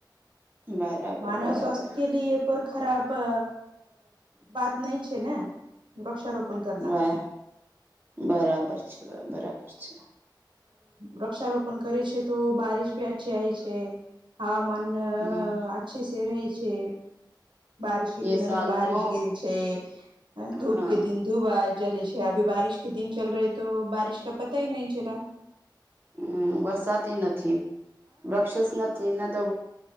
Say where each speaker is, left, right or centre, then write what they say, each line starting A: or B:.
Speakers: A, on the right; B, on the right.
A: બરાબર
B: માનવ
A: બરાબર
B: સ્વાસ્થ્ય કે લ એ પર ખરાબ અ બાત નહી છે ને વૃક્ષારોપણ કરના
A: વાહ બરાબર છે બરાબર છે
B: વૃક્ષારોપણ કરે છે તો બારિશ ભી અચ્છી આવીય છે હવામાન અ
A: હમ
B: અચ્છે સ રહેે છે બારિશ કે દિનો
A: એ સાલ
B: બારીશ
A: તો
B: ગીરી છે હ
A: અ
B: ધૂપ કે દિન ધૂપ જલે છે અભી બારિશ કે દિચલ રહે તો બારિશ ક પતા હ નહીં ચલા
A: હમ વરસાદી નથી વૃક્ષસ નથી ના તો